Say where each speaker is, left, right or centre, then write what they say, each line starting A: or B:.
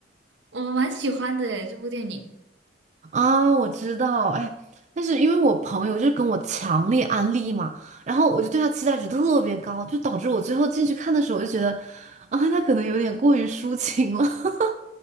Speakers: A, on the right; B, on the right.
A: 我蛮喜欢的诶，这部电影。
B: 啊，我知道，哎，但是因为我朋友就是跟我强烈安利嘛，然后我就对他期待值特别高，就导致我最后进去看的时候，我就觉得啊，他可能有点过于抒情了。<laughs>